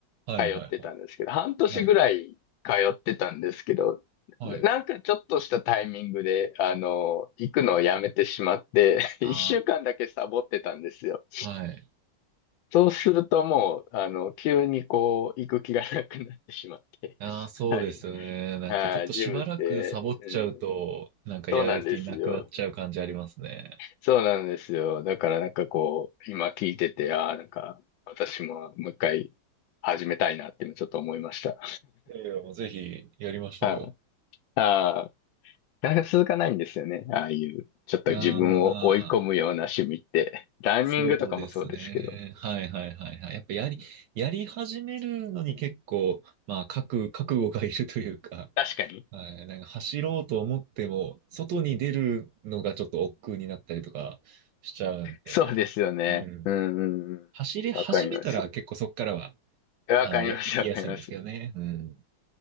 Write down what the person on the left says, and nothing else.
通ってたんですけど、
半年ぐらい通ってたんですけど、
ななんかちょっとしたタイミングで、あの、行くのをやめてしまって、<laughs>
1週間だけサボってたんですよ。
そうするともう、あの、急にこう、行く気がなくなってしまって。
<laughs>
はい。
あジムって、うん、
そうなんですよ。そうなんですよ。だからなんかこう、今聞いてて、ああ、なんか私ももう一回始めたいなって今ちょっと思いました。
<laughs> ああ、なかなか続かないんですよね。ああいう、ちょっと自分を追い込むような趣味って。
ランニングとかもそうですけど。
確かに。
そうですよね。
うんうんうん。
わかります。わかります、
わかります。